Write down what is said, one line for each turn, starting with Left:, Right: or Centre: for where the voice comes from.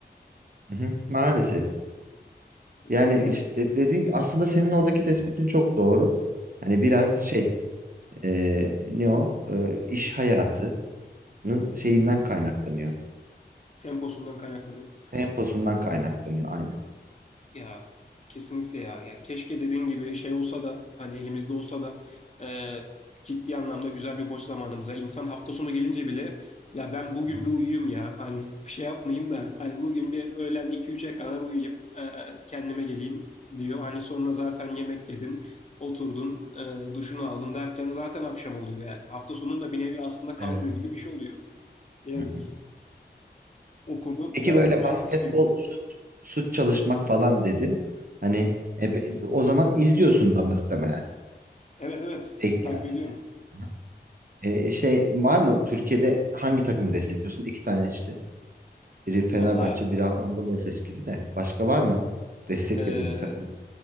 Right: hı hı, maalesef. Yani
Left: Ne
Right: işte
Left: yazık ki
Right: dediğin aslında senin oradaki tespitin çok doğru. Hani biraz şey ee, ne o Ee, iş hayatının şeyinden kaynaklanıyor.
Left: temposundan kaynaklanıyor.
Right: Temposundan kaynaklanıyor aynen.
Left: Ya kesinlikle ya. Ya keşke dediğin gibi şey olsa da hani elimizde olsa da e, ciddi anlamda güzel bir boş zamanımız. Ya insan hafta sonu gelince bile ya ben bugün
Right: Hı hı.
Left: bir uyuyayım ya. Hani bir şey yapmayayım da hani bugün bir öğlen iki üçe kadar uyuyayım. e, kendime geleyim diyor. Hani sonra zaten yemek yedin. oturdun, e, duşunu aldın derken zaten akşam oluyor yani. Hafta sonunda bir nevi aslında kalmıyor
Right: Evet.
Left: gibi bir şey oluyor. Ne yazık
Right: Hı hı.
Left: ki. O konu
Right: Peki
Left: biraz
Right: böyle
Left: can
Right: basketbol
Left: sıkıyor.
Right: şut, şut çalışmak falan dedin. Hani e, be- o zaman izliyorsun da muhtemelen
Left: Evet evet
Right: denk
Left: takip
Right: geldiğinde.
Left: ediyorum.
Right: Hı hı. E, e, şey var mı Türkiye'de hangi takımı destekliyorsun? İki tane işte. Biri Fenerbahçe,
Left: Valla
Right: biri Anadolu Efes gibi de. Başka var mı? Desteklediğin
Left: e,
Right: bir takım.